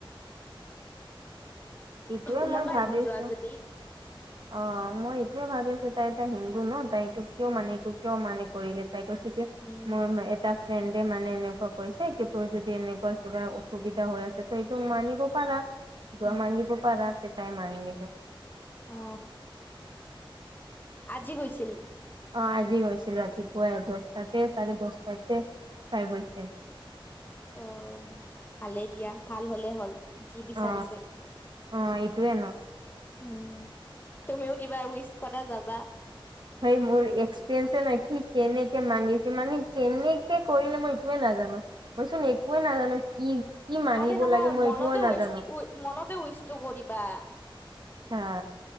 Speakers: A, on the right (about 55°); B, on the left (about 20°).
A: এইটোয়ে
B: ওলাবা
A: মই ভাবিছো।
B: এদিন যোৱা যদি
A: অ মই এইটোয়ে ভাবিছো তাই এটা হিন্দু ন তাই এইটোক কিয় মানে এইটো কিয় মানে কৰিলে তাই কৈছে কি
B: উম
A: মই এটা ফ্ৰেণ্ডে মানে এনেকুৱা কৈছে কি তোৰ যদি এনেকুৱা কিবা অসুবিধা হৈ আছে তো সেইটো মানিব পাৰা। দুৱা
B: উম
A: মাংগিব পাৰা তো তাই মাংগি চে।
B: অ, আজি গৈছিল।
A: অ আজি হৈছিল। ৰাতিপুৱাই দহটাতে চাৰে দহটাতে চাই গৈছিল।
B: অ অ। ভালেই দিয়া। ভাল হলে হ'ল। যি বিচাৰিছে।
A: অ অ এইটোয়ে ন
B: উম। তুমিও কিবা উইচ কৰা যাবা
A: সেই মোৰ এক্সপিৰিয়েঞ্চে নাই। কি কেনেকে মাগিছে, মানে কেনেকে কৰিলে মই এইটোৱে নাজানো। মই চোন একোৱে নাজানো কি কি মাগিব
B: আৰে নহয়
A: লাগে মই
B: মনতে
A: এইটোও নাজানো
B: ৱেষ্ট, মনতে উইষ্টটো কৰিবা।
A: ছা।